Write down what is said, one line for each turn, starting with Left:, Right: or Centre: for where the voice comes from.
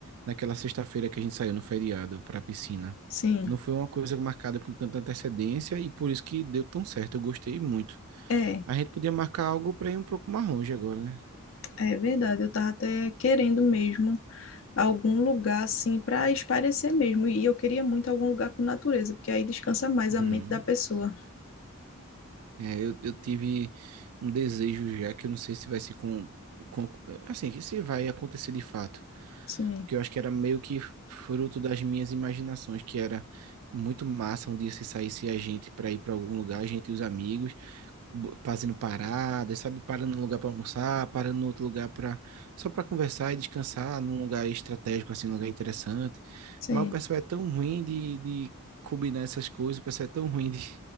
Right: naquela sexta-feira que a gente saiu no feriado para a piscina.
Left: Sim,
Right: Não foi uma coisa marcada com tanta antecedência e por isso que deu tão certo, eu gostei muito.
Left: é,
Right: A gente podia marcar algo para ir um pouco mais longe agora, né?
Left: é verdade. Eu tava até querendo mesmo algum lugar assim para espairecer mesmo. E eu queria muito algum lugar com natureza, porque aí descansa mais
Right: Uhum.
Left: a mente da pessoa.
Right: É, eu, eu tive um desejo já que eu não sei se vai se com, com assim, que se vai acontecer de fato,
Left: Sim,
Right: que eu acho que era meio que fruto das minhas imaginações, que era muito massa um dia se saísse a gente para ir para algum lugar, a gente e os amigos, bo- fazendo paradas, sabe? Parando num lugar para almoçar, parando no outro lugar para só para conversar e descansar num lugar estratégico, assim, um lugar interessante.
Left: sim,
Right: Mas o pessoal é tão ruim de, de combinar essas coisas, o pessoal é tão ruim de,